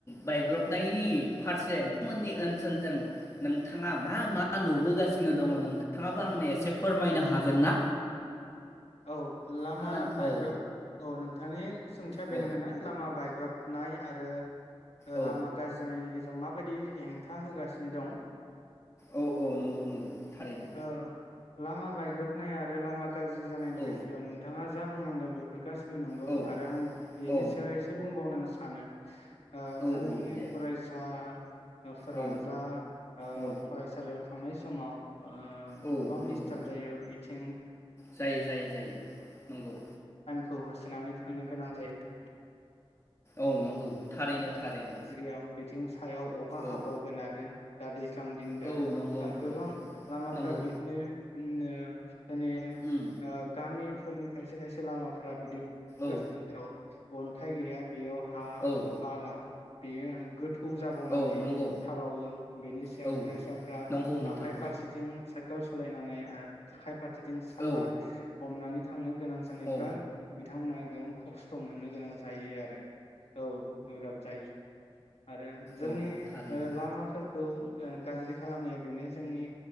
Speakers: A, on the left; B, on the left.
A: बायग्रबनायनि पारसे नोंथांमोननि ओनसोलजों नोंथाङा मा मा नुबोगासिनो दङ' नोंथाङाबो आंनो एसे फोरमायनो हागोन ना?
B: औ लामा
A: खोना
B: बायग्रब
A: औ
B: औ नोंथांनि सोंथिया
A: औ
B: बेनोमोन ना लामा बायग्रब नाय आरो ओ
A: औ
B: लामा गाज्रि जानाय नि गेजेराव माबायदि हेंथा होगासिनो दं?
A: औ औ नंगौ नंगौ थारैनो
B: ओ लामा बायग्रोबनाय आरो लामा गा जानायनि
A: औ
B: गेजेराव नोंथाङा जा बुंलांदों बेफोर गासिब बो‌ नंगौ
A: औ
B: आरो आं बेनि
A: औ
B: सायाव एसे बुंबावनो सानो ओ
A: औ
B: जोंनि
A: औ दे
B: फरायसाफोरा
A: औ
B: जा ओ
A: औ
B: फरायसालियाव थांनाय समाव ओ
A: औ
B: गोबां
A: नंगौ
B: दिडस्टार्ब जायो इथिं
A: जायो जायो जायो नंगौ
B: खौ होसोनानै थांनो गोनां जायो
A: औ नंगौ थारैनो थारैनो
B: गाज्रिआव बिद सायाव अखा हाबावगोन
A: औ
B: आरो दा दै ज्लां दिन
A: औ
B: दा
A: नंगौ
B: आरो
A: नंगौ
B: गोबां लामाफ्रा
A: नंगौ
B: बिदिनो ओजोंनि
A: उम
B: गामिफोरनि खायसे खायसे लामाफोरा बिदि <unintelligible>
A: औ
B: थाय गैया बेयाव हा
A: औ
B: बाला बेयो आ गो थौ जाबावनानै
A: औ नंगौ
B: थाबावो बेनि सायाव
A: औ
B: फरायसाफ्रा
A: नंगौ नोंथां
B: आखाइ फारसेथिं सा गाव सालायनानै आखायफार सेथिं साथा
A: औ
B: हमनानै थांनो गोनां जानायफोरा
A: औ
B: बिथांमोना गोबां खस्थ स्थ' मोननो गोनां जायो आरो औ गोब्राब जायो आरो जोंनि
A: औ थारैनो
B: लामाफोर खौ गाज्रि खालामनाया बेनो जोंनि